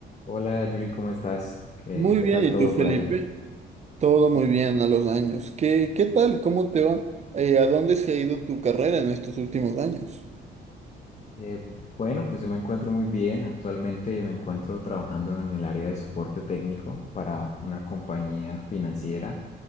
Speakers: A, on the left; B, on the right.
A: Hola Yuri, ¿cómo estás? ¿Qué,
B: Muy
A: qué
B: bien,
A: tal
B: ¿y
A: todo
B: tú, Felipe?
A: por ahí?
B: Todo muy
A: Eh,
B: bien a los años. ¿Qué, qué tal? ¿Cómo te va? Eh, ¿a dónde se ha ido tu carrera en estos últimos años?
A: Eh, bueno, pues yo me encuentro muy bien. Actualmente me encuentro trabajando en el área de soporte técnico para una compañía financiera